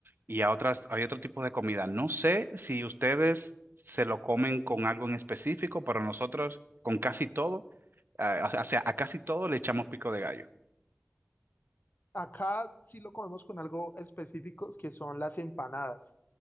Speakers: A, on the right; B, on the left.
A: y a otras, hay otro tipo de comida. No sé si ustedes se lo comen con algo en específico, pero nosotros con casi todo, ah, o sea, a casi todo le echamos pico de gallo.
B: Acá sí lo comemos con algo específicos que son las empanadas.